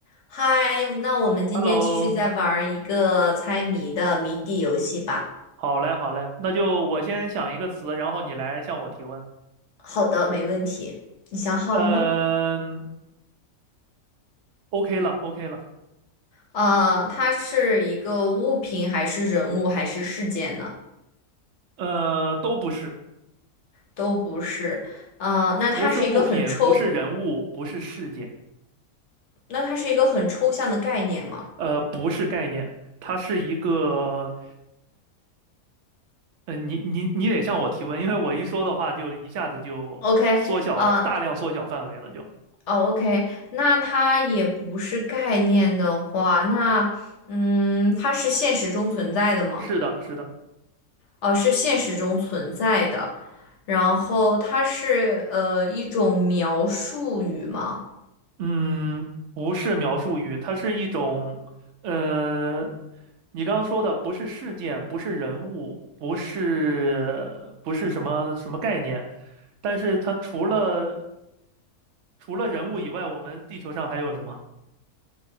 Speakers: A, on the left; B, on the right.
A: 嗨，那我们今天继续再玩儿一个猜谜的谜底游戏吧。
B: Hello，好嘞，好嘞，那就我先想一个词，然后你来向我提问。
A: 好的，没问题。你想好了吗？
B: 嗯，OK 了，OK 了，
A: 呃，它是一个物品，还是人物，还是事件呢？
B: 呃，都不是，
A: 都不是。呃，那它是一个很抽，
B: 不是物品，不是人物，不是事件，
A: 那它是一个很抽象的概念吗
B: 呃，不是概念，它是一个，呃，你你你得向我提问，因为我一说的话就一下子就缩小了，
A: ？OK，呃，
B: 大量缩小范围了就，
A: 哦，OK，那它也不是概念的话，那嗯，它是现实中存在的吗？
B: 是的，是的。
A: 哦，是现实中存在的。然后它是呃一种描述语吗？
B: 嗯，不是描述语，它是一种，呃，你刚刚说的不是事件，不是人物，不是不是什么什么概念，但是它除了除了人物以外，我们地球上还有什么？